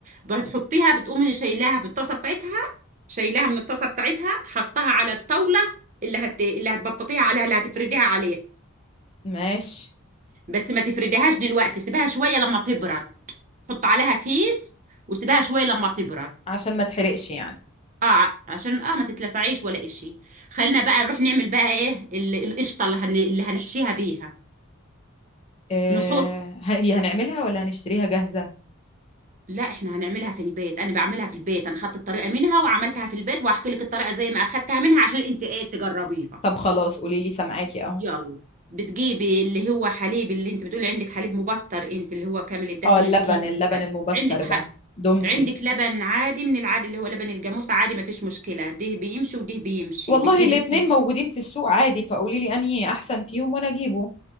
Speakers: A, on the right; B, on the left.
A: بتحطيها بتقومي شايلاها في الطاسة بتاعتها شايلاها من الطاسة بتاعتها حطها على الطاولة اللي هت اللي هتبططيها عليها اللي هتفرديها عليها
B: ماشي
A: بس ما تفرديهاش دلوقتي سيبها شوية لما تبرد حط عليها كيس وسيبها شوية لما تبرد
B: عشان ما تحرقش يعني
A: اه عشان اه ما تتلسعيش ولا اشي خلينا بقى نروح نعمل بقى ايه ال- القشطة اللي, هن... اللي هنحشيها بيها
B: إيه
A: نحط
B: هي هنعملها ولا هنشتريها جاهزه
A: لا احنا هنعملها في البيت انا بعملها في البيت انا خدت الطريقة منها وعملتها في البيت وهحكي لك الطريقة زي ما اخدتها منها عشان انت ايه تجربيها
B: طب خلاص قولي لي سامعاكي اهو
A: يلا بتجيبي اللي هو حليب اللي انت بتقولي عندك حليب مبستر انت اللي هو كامل الدسم
B: اه اللبن
A: الكيلو
B: اللبن المبستر
A: عندك حق
B: ده دومتي
A: عندك لبن عادي من العادي اللي هو لبن الجاموسة عادي ما فيش مشكلة ده بيمشي وده بيمشي
B: والله
A: بتجيبي
B: الاتنين
A: كيلو
B: موجودين في السوق عادي فقولي لي انهي احسن فيهم وانا اجيبه